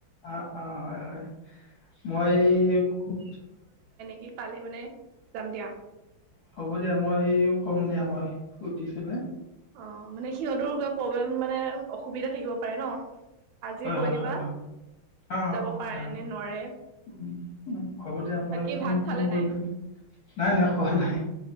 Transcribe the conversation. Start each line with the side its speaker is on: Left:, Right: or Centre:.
Left: অ', অ', হয় হয় মই খুব
Right: কি কালি। মানে যাম দিয়া
Left: হ'ব দিয়া মই কম দিয়া মই। সুধিচিলে
Right: অহ ', মানে সিহতৰো প্ৰব্লেম মানে অসুবিধা থাকিব পাৰে ন আজি
Left: হয়
Right: কৈ
Left: হয়
Right: দিবা
Left: হয় অ',
Right: যাব
Left: হয়
Right: পাৰে নে নোৱাৰে
Left: উ উ হ'ব দিয়া মই
Right: বাকী
Left: ফোন
Right: ভাত
Left: ফোন
Right: খালে
Left: কৰিম
Right: নাই
Left: নাই নাই খোৱা নাই